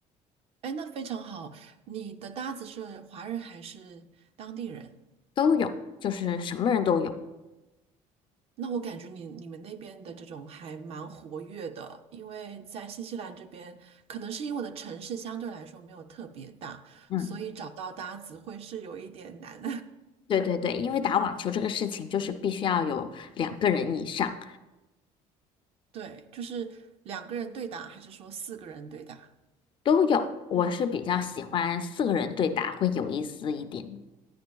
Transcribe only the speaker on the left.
都有，就是什么人都有。
嗯，
对对对，因为打网球这个事情就是必须要有两个人以上
都有，我是比较喜欢四个人对打会有意思一点。